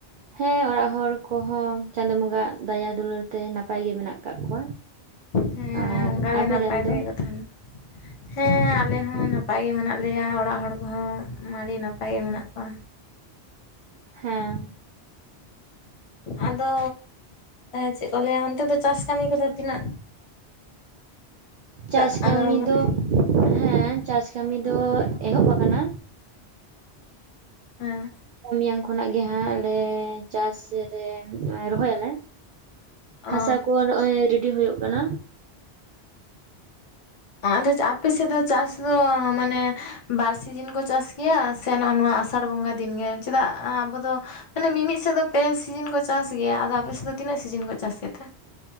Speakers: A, on the right; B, on the left.
A: ᱦᱮᱸ ᱚᱲᱟᱜ ᱦᱚᱲ ᱠᱚᱦᱚᱸ ᱪᱟᱸᱫᱳ ᱵᱚᱸᱜᱟ ᱫᱟᱭᱟ ᱫᱩᱞᱟᱹᱲ ᱛᱮ ᱱᱟᱯᱟᱭ ᱜᱮ ᱢᱮᱱᱟᱜ ᱟᱠᱟᱜ ᱠᱚᱣᱟ
B: ᱦᱮᱸ
A: ᱟᱨ
B: ᱚᱱᱠᱟ
A: ᱟᱯᱮ
B: ᱜᱮ ᱱᱟᱯᱟᱭ
A: ᱨᱮᱱ ᱫᱚ
B: ᱛᱮᱜᱮ ᱠᱚ ᱛᱟᱦᱮᱱᱟ᱾ ᱦᱮᱸ ᱟᱞᱮ ᱦᱚᱸ ᱱᱟᱯᱟᱭ ᱜᱮ ᱢᱮᱱᱟᱜ ᱞᱮᱭᱟ ᱚᱲᱟᱜ ᱦᱚᱲ ᱠᱚᱦᱚᱸ ᱟᱹᱰᱤ ᱱᱟᱯᱟᱭ ᱜᱮ ᱢᱮᱱᱟᱜ ᱠᱚᱣᱟ
A: ᱦᱮᱸ
B: ᱟᱫᱚ ᱪᱮᱫ ᱠᱚ ᱞᱟᱹᱭᱟ ᱚᱱᱛᱮ ᱫᱚ ᱪᱟᱥ ᱠᱟᱹᱢᱤ ᱠᱚᱫᱚ ᱛᱤᱱᱟᱹᱜ
A: ᱪᱟᱥ
B: ᱴᱟᱜ ᱟᱜᱟᱣ
A: ᱠᱟᱹᱢᱤ
B: ᱟᱠᱟᱱᱟ
A: ᱫᱚ ᱦᱮᱸ ᱪᱟᱥ ᱠᱟᱹᱢᱤ ᱫᱚ ᱮᱦᱚᱵ ᱟᱠᱟᱱᱟ
B: ᱦᱮᱸ
A: ᱢᱮᱭᱟᱝ ᱠᱷᱚᱱᱟᱜ ᱜᱮ ᱦᱟᱸᱜ ᱟᱞᱮᱻ ᱪᱟᱥ ᱨᱮᱻ ᱨᱚᱦᱚᱭᱟᱞᱮ᱾ ᱦᱟᱥᱟ
B: ᱚ
A: ᱠᱚ ᱱᱚᱜᱼᱚᱭ ᱨᱮᱰᱤ ᱦᱩᱭᱩᱜ ᱠᱟᱱᱟ᱾
B: ᱟᱫᱚ ᱟᱯᱮ ᱥᱮᱫ ᱫᱚ ᱪᱟᱥ ᱫᱚ ᱢᱟᱱᱮ ᱵᱟᱨ ᱥᱤᱡᱚᱱ ᱠᱚ ᱪᱟᱥ ᱜᱮᱭᱟ ᱥᱮ ᱱᱚᱜᱼᱚᱭ ᱱᱚᱣᱟ ᱟᱥᱟᱲ ᱵᱚᱸᱜᱟ ᱫᱤᱱᱜᱮ ᱪᱮᱫᱟᱜ ᱟᱵᱚ ᱫᱚ ᱢᱟᱱᱮ ᱢᱤ-ᱢᱤᱫ ᱥᱮᱫ ᱫᱚ ᱯᱮ ᱥᱤᱡᱚᱱ ᱠᱚ ᱪᱟᱥ ᱜᱮᱭᱟ ᱟᱫᱚ ᱟᱯᱮ ᱥᱮᱫ ᱫᱚ ᱛᱤᱱᱟᱹᱜ ᱥᱤᱡᱚᱱ ᱠᱚ ᱪᱟᱥ ᱜᱮᱛᱮ